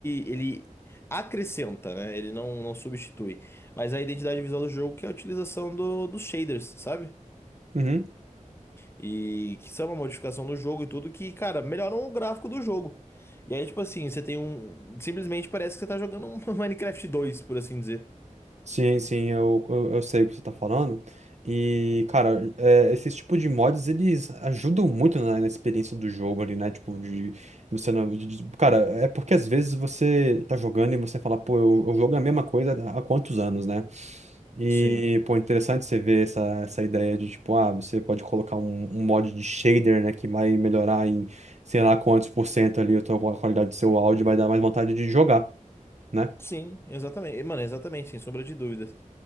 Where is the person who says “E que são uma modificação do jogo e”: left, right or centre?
Left